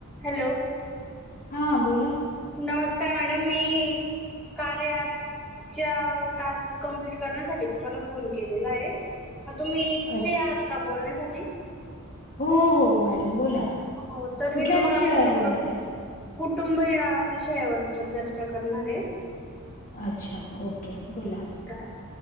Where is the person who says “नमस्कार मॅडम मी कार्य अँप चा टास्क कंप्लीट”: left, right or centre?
Centre